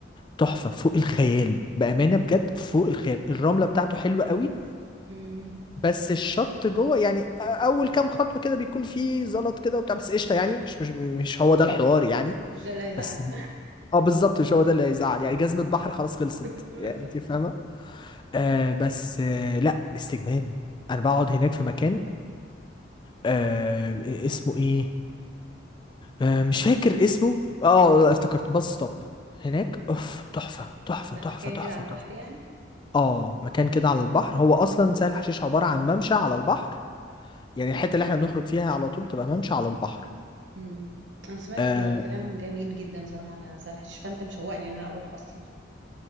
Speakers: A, on the left; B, on the right.
A: تحفة فوق الخيال بأمانة بجد فوق الخيال الرملة بتاعته حلوة قوي
B: امم
A: بس الشط جوه يعني اول كام خطوه كده بيكون فيه زلط كده وبتاع بس قشطه يعني مش مش مش هو ده الحوار يعني
B: مش ده اللي هيزعل
A: بس اه بالظبط مش هو ده اللي هيزعل يعني جزمه بحر خلاص خلصت
B: <laughs> بالظبط
A: يعني انت فاهمه آه بس آه لا استجمام انا بقعد هناك في مكان آه اسمه ايه آه مش فاكر اسمه اه افتكرت باص ستوب هناك اوف تحفه تحفه
B: ده
A: تحفه
B: مكان
A: تحفه
B: كده على البحر
A: تحفه
B: يعني
A: اه مكان كده على البحر هو اصلا سهل حشيش عباره عن ممشى على البحر يعني الحته اللي احنا بنخرج فيها على طول تبقى ممشى على البحر
B: امم انا سمعت
A: آه
B: كلام جميل جدا صراحه على سهل حشيش فانت مشوقني ان انا اروح اصلا <laughs>